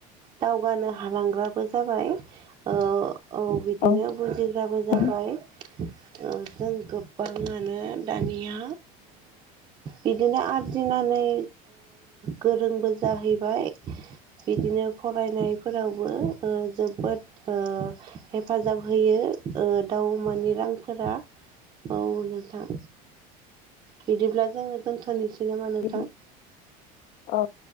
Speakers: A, on the right; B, on the left.
A: दावगानो हालांग्राबो जाबाय औ बिदिनो
B: औ
A: बुजिग्राबो जाबाय
B: नोंथां
A: <inaudible> जों गोबाङानो दानिया बिदिनो आरजिनानै गोरोंबो जाहैबाय बिदिनो फरायनायफोरावबो जोबोद हेफाजाब होयो दाउ अमानि रांफोरा औ नोंथां बिदिब्ला जोङो दोनथ'नोसै नामा नोंथां
B: बिदि औ